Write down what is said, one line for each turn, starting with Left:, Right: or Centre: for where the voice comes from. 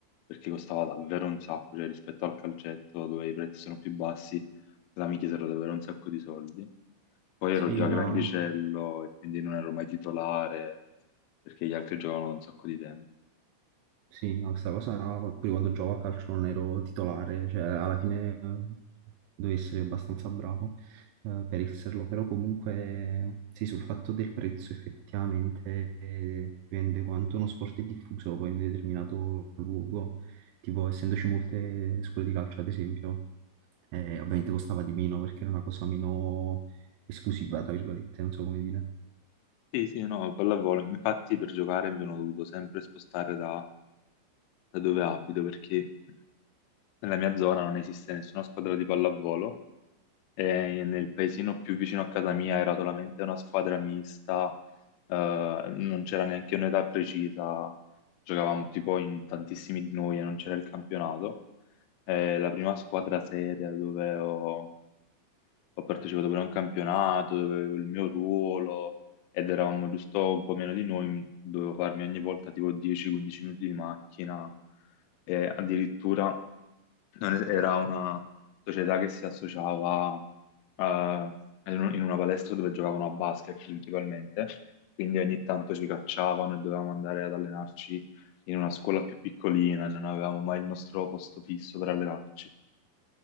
Left: perché costava davvero un sacco, cioè rispetto al calcetto dove i prezzi sono più bassi, là mi chiesero davvero un sacco di soldi. Poi
Right: Sì,
Left: ero già
Right: ma
Left: grandicello e quindi non ero mai titolare perché gli altri giocavano da un sacco di tempo.
Right: Sì, no, questa cosa pure quando gioco a calcio non ero titolare, cioè alla fine eh, devo essere abbastanza bravo eh, per esserlo, però comunque sì, sul fatto del prezzo effettivamente eh, dipende quanto uno sport è diffuso poi in un determinato luogo, tipo essendoci molte scuole di calcio ad esempio, eh, ovviamente costava di meno perché era una cosa meno esclusiva, tra virgolette, non so come dire.
Left: Sì, sì, no, pallavolo. Infatti per giocare mi sono dovuto sempre spostare da, da dove abito perché nella mia zona non esiste nessuna squadra di pallavolo E nel paesino più vicino a casa mia era solamente una squadra mista, eh, non c'era neanche un'età precisa, giocavamo tipo in tantissimi di noi e non c'era il campionato. Eh, la prima squadra seria dove ho, ho partecipato pure a un campionato, dove avevo il mio ruolo ed eravamo giusto un po' meno di noi, dovevo farmi ogni volta tipo 10-15 minuti di macchina e addirittura non es- era una società che si associava eh, in un- in una palestra dove giocavano a basket principalmente, quindi ogni tanto ci cacciavano e dovevamo andare ad allenarci in una scuola più piccolina, non avevamo mai il nostro posto fisso per allenarci,